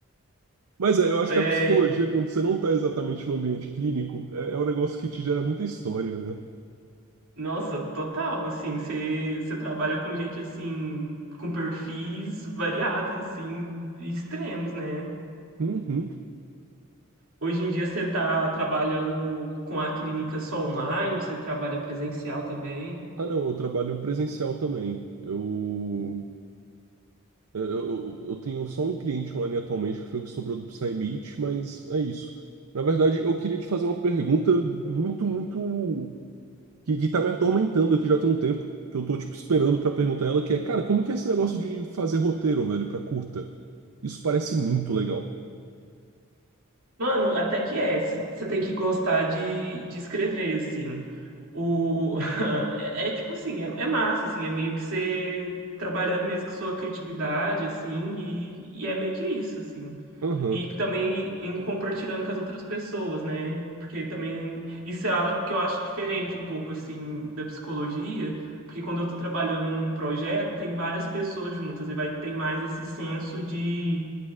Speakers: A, on the right; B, on the right.
A: Mas é, eu acho
B: É,
A: que a psicologia, quando você não tá exatamente no ambiente clínico, é, é um negócio que te gera muita história, né?
B: nossa, total, assim, você você trabalha com gente, assim, com perfis variados, assim, extremos, né?
A: Uhum.
B: Hoje em dia você tá trabalhando com a clínica só online, ou você trabalha presencial também?
A: Ah, não, eu trabalho presencial também. Eu Eu, eu- eu tenho só um cliente online atualmente que foi o que sobrou do Psymeet, mas é isso. Na verdade, eu queria te fazer uma pergunta muito, muito. que, que tá me atormentando aqui já tem um tempo, que eu tô, tipo, esperando pra perguntar ela, que é, cara, como que é esse negócio de fazer roteiro, velho, pra curta? Isso parece muito legal.
B: Mano, até que é. Você tem que gostar de, de escrever, assim. O, <laughs> é, é tipo assim, é, é massa, assim, é meio que você trabalhando mesmo com sua criatividade, assim, e, e é meio que isso, assim.
A: Aham.
B: E também em compartilhando com as outras pessoas, né? Porque também isso é algo que eu acho diferente um pouco, assim, da psicologia, porque quando eu tô trabalhando num projeto, tem várias pessoas juntas, e vai ter mais esse senso de